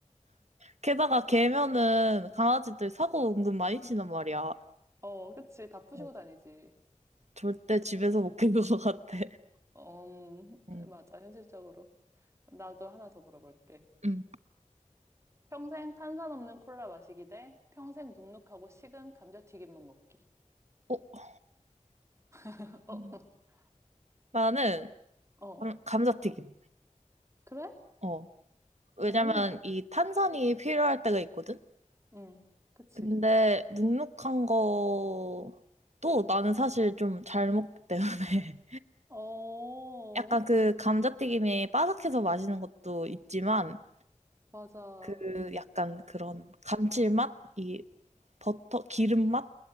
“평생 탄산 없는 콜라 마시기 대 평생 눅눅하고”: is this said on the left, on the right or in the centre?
Right